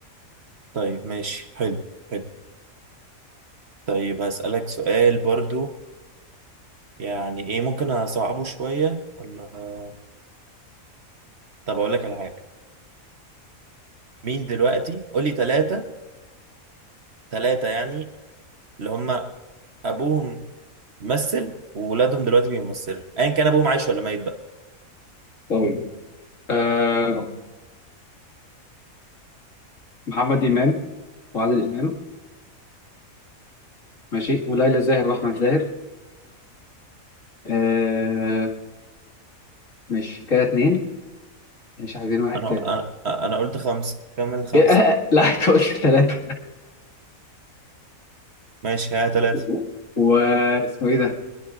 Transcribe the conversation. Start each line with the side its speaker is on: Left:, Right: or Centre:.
Right: طيب ماشي حلو حلو طيب هسألك سؤال برضو يعني ايه ممكن اصعبه شوية ولا طب اقول لك على حاجة مين دلوقتي قول لي ثلاثة ثلاثة يعني اللي هم ابوهم ممثل وولادهم دلوقتي بيمثلوا ايا كان ابوهم عايش ولا ميت بقى
Left: طيب آه محمد امام وعادل امام ماشي وليلى زاهر واحمد زاهر آه ماشي كده اتنين مش عايزين واحد
Right: انا
Left: تاني
Right: انا انا قلت خمسة كمل
Left: <laughs>
Right: خمسة
Left: إيه، آه، لا انت قلت ثلاثة
Right: ماشي ها ثلاثة
Left: و- و- واسمه ايه ده